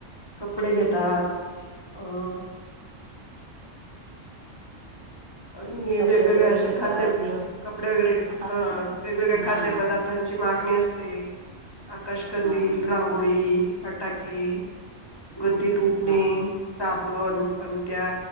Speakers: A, on the left; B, on the right.
A: कपडे घेत दात हो आणि
B: कपडे
A: वेगवेगळ्या
B: वगैरे
A: अशे
B: घेतात
A: खाद्य
B: देव
A: कपडे वगैरे
B: हा
A: ह वेगवेगळ्या
B: हा
A: खाद्य
B: हा
A: पदार्थांची मागणी असते आकाशकंदील
B: हा हा
A: रांगोळी फटाके सुगंधित उठणे
B: हा
A: साबण पणत्या